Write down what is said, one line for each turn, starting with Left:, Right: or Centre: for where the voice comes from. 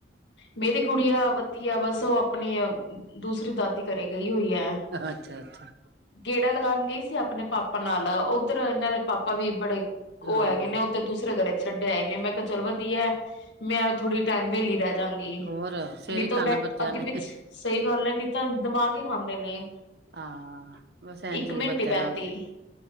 Left: ਮੇਰੀ ਕੁੜੀ ਆ ਵਧੀਆ ਬਸ ਉਹ ਆਪਣੀ ਦੂਸਰੀ ਦਾਦੀ ਘਰੇ ਗਈ ਹੋਈ ਹੈ।
Right: ਅੱਛਾ ਅੱਛਾ।
Left: ਗੇੜਾ ਲਗਾਣ ਗਈ ਸੀ ਆਪਣੇ ਪਾਪਾ ਨਾਲ ਉੱਧਰ ਇਹਨਾਂ ਦੇ ਪਾਪਾ ਵੀ ਬੜੇ ਉਹ
Right: ਹਾਂ
Left: ਹੈਗੇ ਨੇ ਉਹ ਤੇ ਦੂਸਰੇ ਘਰੇ ਛੱਡੇ ਆਏ ਨੇ ਮੈਂ ਕਿਹਾ ਚੱਲ ਵਧੀਐ ਮੈਂ ਥੋੜ੍ਹੀ ਟਾਈਮ ਵੇਹਲੀ ਬਹਿ ਜਾਂਗੀ
Right: ਹੋਰ ਸਵੇਰੇ
Left: ਨਹੀਂ ਤੋ
Right: ਖਾਣਾ
Left: ਬੈਠ
Right: ਬੱਚਿਆਂ
Left: ਅੱਗੇ
Right: ਨੇ
Left: ਪਿੱਛ ਸਹੀ ਗੱਲ ਹੈ ਨਹੀ ਤਾਂ ਦਿਮਾਗ ਹੀ ਖਾਂਦੇ ਨੇ।
Right: ਆਂ ਬਸ ਐਂਜੀ
Left: ਇੱਕ ਮਿੰਟ
Right: ਏ ਬੱਚਿਆਂ
Left: ਨੀ ਪੈਂਦੀ
Right: ਨਾਲ